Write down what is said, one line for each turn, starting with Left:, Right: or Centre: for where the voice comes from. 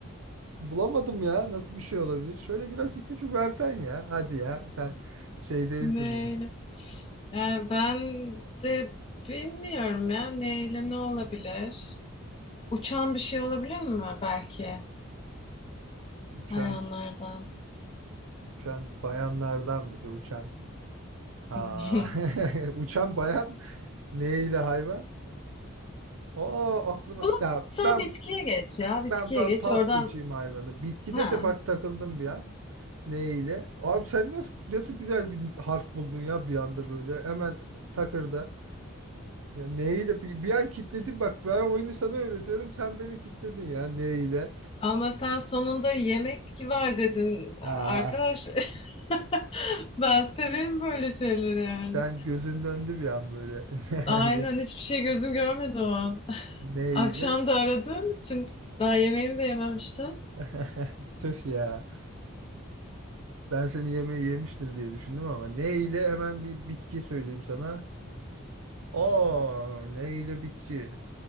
Right: bulamadım ya. Nasıl bir şey olabilir? Şöyle biraz ipucu versen ya. Hadi ya. Sen şey değilsin
Left: Neyle?
Right: bu.
Left: Yani ben de bilmiyorum ya neyle ne olabilir? Uçan bir şey olabilir mi belki
Right: Uçan
Left: hayvanlardan?
Right: uçan bayanlardan bir de uçan. Aa,
Left: <laughs>
Right: <laughs> uçan bayan neyle hayvan? Oo aklıma
Left: Bulamadıysan
Right: ya ben
Left: bitkiye geç ya bitkiye
Right: ben ben
Left: geç
Right: pas
Left: oradan
Right: geçeyim hayvanı. Bitkide
Left: ha.
Right: de bak takıldım bir an. Neyle? Abi sen nasıl nasıl güzel bir harf buldun ya bir anda böyle hemen takırda. Ya neyle bir, bir an kitledin bak ben oyunu sana öğretiyorum sen beni kitledin ya neyle?
Left: Ama sen sonunda yemek var dedin
Right: Aa,
Left: arkadaş. <laughs> Ben severim böyle şeyleri yani.
Right: sen gözün döndü bir an böyle. <laughs>
Left: Aynen hiçbir şey gözüm görmedi o an. <laughs>
Right: Neyle?
Left: Akşam da aradığın için daha yemeğimi de yememiştim.
Right: <laughs> Tüh ya. Ben seni yemeği yemiştir diye düşündüm ama ne ile hemen bir bitki söyleyeyim sana. Aa, ne ile bitki?